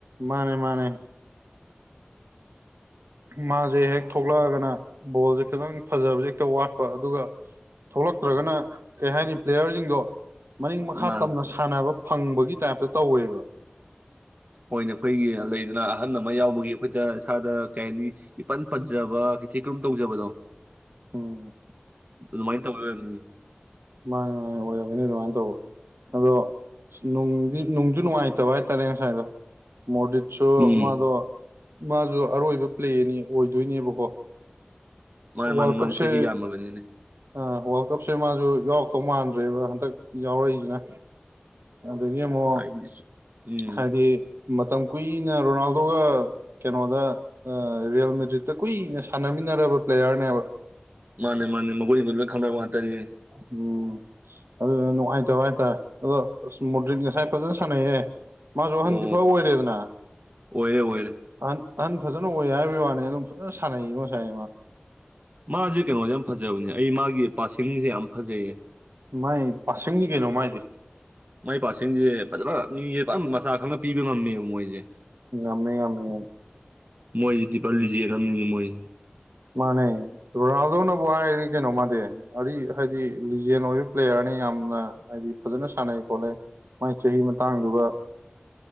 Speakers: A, on the right; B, on the right.
A: ꯃꯥꯅꯦ ꯃꯥꯅꯦ ꯃꯥꯁꯦ ꯍꯦꯛ ꯊꯣꯛꯂꯛꯑꯒꯅ ꯕꯣꯜꯁꯦ ꯈꯤꯇꯪ ꯐꯖꯕꯁꯦ ꯍꯦꯛꯇ ꯋꯥꯠꯄ ꯑꯗꯨꯒ ꯊꯣꯛꯂꯛꯇ꯭ꯔꯒꯅ ꯀꯩ ꯍꯥꯏꯅꯤ ꯄ꯭ꯂꯦꯌꯔꯁꯤꯡꯗꯣ ꯃꯅꯤꯡ ꯃꯈꯥ
B: ꯃꯥꯅꯦ
A: ꯇꯝꯅ ꯁꯥꯟꯅꯕ ꯐꯪꯕꯒꯤ ꯇꯥꯏꯞꯇ ꯇꯧꯋꯦꯕ
B: ꯑꯣꯏꯅ ꯑꯩꯈꯣꯏꯒꯤ ꯂꯩꯗꯅ ꯑꯍꯟ ꯑꯃ ꯌꯥꯎꯕꯒꯤ ꯑꯩꯈꯣꯏꯗ ꯏꯁꯥꯗ ꯀꯩ ꯍꯥꯏꯅꯤ ꯏꯄꯟ ꯄꯟꯖꯕ ꯀꯩꯊꯤ ꯀꯔꯨꯝ ꯇꯧꯖꯕꯗꯣ
A: ꯎꯝ
B: ꯑꯗꯨꯃꯥꯏꯅ ꯇꯧꯋꯔꯅꯤ
A: ꯃꯥꯅꯤ ꯃꯥꯅꯦ ꯑꯣꯏꯔꯝꯒꯅꯤ ꯑꯗꯨꯃꯥꯏꯅ ꯇꯧꯕ ꯑꯗꯣ ꯑꯁ ꯅꯨꯡꯗꯤ ꯅꯨꯡꯁꯨ ꯅꯨꯡꯉꯥꯏꯇꯕ ꯍꯥꯏꯇꯥꯔꯦ ꯉꯁꯥꯏꯗꯣ ꯃꯣꯗꯤꯠꯁꯨꯣ
B: ꯎꯝ
A: ꯃꯥꯗꯣ ꯃꯥꯁꯨ ꯑꯔꯣꯏꯕ ꯄ꯭ꯂꯦꯅꯤ ꯑꯣꯏꯗꯣꯏꯅꯦꯕꯀꯣ
B: ꯃꯥꯅꯦ
A: ꯋꯥꯔꯜꯗ
B: ꯃꯥꯅꯦ
A: ꯀꯞꯁ
B: ꯃꯥꯅꯦ ꯆꯍꯤ ꯌꯥꯝꯃꯕꯅꯤꯅꯦ
A: ꯑ ꯋꯥꯔꯜ ꯀꯞꯁꯦ ꯃꯥꯁꯨ ꯌꯥꯎꯔꯛꯇꯧ ꯃꯥꯟꯗ꯭ꯔꯦꯕ ꯍꯟꯇꯛ ꯌꯥꯎꯔꯛꯏꯁꯤꯅ ꯑꯗꯒꯤ ꯑꯃꯨꯛ
B: ꯍꯥꯏꯗꯤ ꯁ- ꯎꯝ
A: ꯍꯥꯏꯗꯤ ꯃꯇꯝ ꯀꯨꯏꯅ ꯔꯣꯅꯥꯜꯗꯣꯒ ꯀꯩꯅꯣꯗ ꯔꯤꯌꯦꯜ ꯃꯦꯔꯤꯠꯇ ꯀꯨꯏꯅ ꯁꯥꯟꯅꯃꯤꯟꯅꯔꯕ ꯄ꯭ꯂꯦꯌꯥꯔꯅꯦꯕ
B: ꯃꯥꯅꯦ ꯃꯥꯅꯦ ꯃꯒꯣꯏꯅꯤꯗꯨ ꯂꯣꯏ ꯈꯪꯔꯕ ꯉꯥꯛꯇꯅꯤ
A: ꯑꯣꯝ ꯑꯗꯨꯅ ꯅꯨꯡꯉꯥꯏꯇꯕ ꯍꯥꯏꯇꯥꯔꯦ ꯑꯗꯣ ꯑ ꯃꯨꯔꯗꯔꯤꯠ ꯉꯁꯥꯏ ꯐꯖꯅ ꯁꯥꯟꯅꯩꯑꯌꯦꯦ ꯃꯥꯁꯨ ꯑꯍꯟꯗꯤ
B: ꯑꯣ
A: ꯐꯥꯎ ꯑꯣꯏꯔꯦꯗꯅ
B: ꯑꯣꯏꯔꯦ ꯑꯣꯏꯔꯦ
A: ꯑꯍꯟ ꯑꯍꯟ ꯐꯖꯅ ꯑꯣꯏ ꯍꯥꯏꯕꯒꯤ ꯋꯥꯅꯤ ꯑꯗꯨꯝ ꯐꯖꯅ ꯁꯥꯟꯅꯩꯌꯦ ꯉꯁꯥꯏꯃ
B: ꯃꯥꯁꯦ ꯀꯩꯅꯣꯁꯦ ꯌꯥꯝ ꯐꯖꯕꯅꯦ ꯑꯩ ꯃꯥꯒꯤ ꯄꯥꯔꯁꯤꯡꯁꯦ ꯌꯥꯝ ꯐꯖꯩꯌꯦ
A: ꯃꯥꯏ ꯄꯥꯁꯪꯒꯤ ꯀꯩꯅꯣ ꯃꯥꯏꯗꯤ
B: ꯃꯥꯏ ꯄꯥꯛꯁꯤꯡꯁꯦ ꯐꯖꯅ ꯃꯤꯄ ꯃꯆꯥ ꯈꯪꯅ ꯄꯤꯕ ꯉꯝꯃꯦꯕ ꯃꯣꯏꯁꯦ
A: ꯉꯃꯦ ꯉꯃꯦ
B: ꯃꯣꯏꯁꯤꯗꯤ ꯄꯜꯂꯤꯖꯦꯜꯂꯝꯅꯤꯅ ꯃꯣꯏ
A: ꯃꯥꯅꯦ ꯔꯣꯅꯥꯜꯗꯧꯅꯕꯨ ꯍꯥꯏꯔꯤ ꯀꯩꯅꯣ ꯃꯥꯗꯤ ꯑꯔꯤ ꯍꯥꯏꯗꯤ ꯂꯤꯖꯦꯟ ꯑꯣꯏꯕ ꯄ꯭ꯂꯦꯌꯥꯔꯅꯤ ꯌꯥꯝꯅ ꯍꯥꯏꯗꯤ ꯐꯖꯅ ꯁꯥꯟꯅꯩ ꯈꯣꯠꯂꯦ ꯃꯥꯏ ꯆꯍꯤ ꯃꯇꯥꯡꯗꯨꯒ